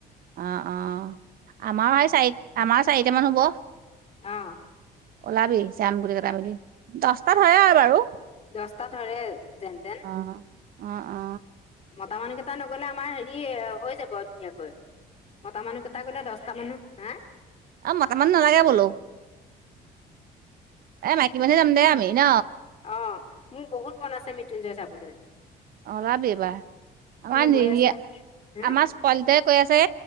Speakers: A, on the right (about 60°); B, on the left (about 40°).
A: অ অ আমাৰ চাৰি আমাৰ চাৰিটামান হ'ব
B: অহ
A: ওলাাবি যাম গোটেইকেইটা মিলি দছ তাত হয়ে আৰু বাৰু
B: দহটা ধৰে যেন তেন
A: অ অ অ
B: মতা মানুহকেইটা নগলে আমাৰ হেৰি হৈ যাব আৰু ধুনীয়াকৈ। মতা মানুহ কেইটা গলে দহটা মানুহ হা
A: অ, মতামানুহ নালাগে বোলো। এ মাইকী মানুহে যাম দে আমি ন
B: অ মোক বহুত মন আছে মৃত্যুঞ্জয় চাব বোলে
A: অ ওলাবি এইবাৰ আমাৰ নেৰিয়া
B: গৈ আছে হা
A: আমাৰ পোৱালিকেটাই কৈ আছে